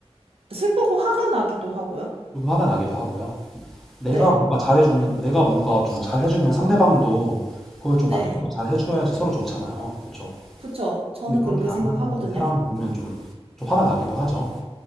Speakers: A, on the right (about 65°); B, in the centre.
A: 슬프고 화가 나기도 하고요.
B: 좀 화가 나기도 하고요. 내가
A: 네,
B: 뭔가 잘해주는, 내가 뭔가 좀 잘해주면 상대방도 그걸 좀
A: 네.
B: 맞춰서 잘해줘야지 서로 좋잖아요. 그쵸?
A: 그쵸? 저는
B: 근데 그렇게
A: 그렇게
B: 안
A: 생각하거든요.
B: 하는 사람을 보면 좀, 좀 화가 나기도 하죠.